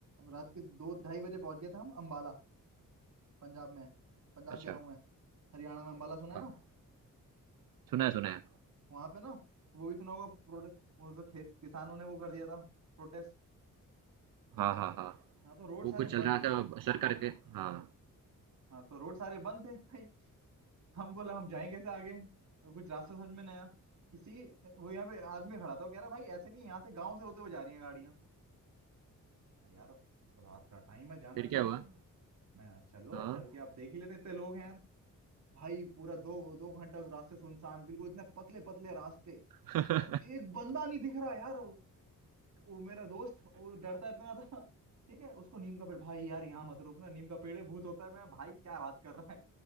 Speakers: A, on the right; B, on the right.
A: रात के दो ढाई बजे पहुंच गए थे हम अम्बाला पंजाब में पंजाब
B: अच्छा
A: कह रहा हूँ मैं हरियाणा में अम्बाला सुना है
B: हाँ
A: ना
B: सुना है सुना है
A: वहां पे ना वो भी सुना होगा प्रोटेस्ट वो जो खेत किसानों ने वो कर दिया था प्रोटेस्ट
B: हाँ हाँ हाँ
A: हाँ तो रोड
B: वो
A: सारे
B: कुछ चल
A: बंद
B: रहा
A: थे
B: था सर
A: हाँ
B: करके हाँ
A: हाँ तो रोड सारे बंद थे भाई हमको लगा हम जाएं कैसे आगे तो कुछ रास्ता समझ में नहीं आया किसी वो यहाँ पे आदमी खड़ा था वो कह रहा भाई ऐसे नहीं यहाँ से गांव से होते हुए जा रही हैं गाड़ियां यार रात का टाइम है जाना
B: फिर
A: चाहिए
B: क्या हुआ
A: मैं चलो यार,
B: हाँ
A: चल के आप देख ही लेते हैं, इतने लोग हैं यार भाई पूरा दो दो घंटा उस रास्ते सुनसान बिल्कुल इतने पतले पतले रास्ते
B: <laughs>
A: और एक बंदा नहीं दिख रहा यार वो वो मेरा दोस्त वो डरता इतना था ठीक है उसको नीम का पेड़ भाई यार यहाँ मत रुकना नीम का पेड़ है भूत होता है मैं भाई क्या बात कर रहा है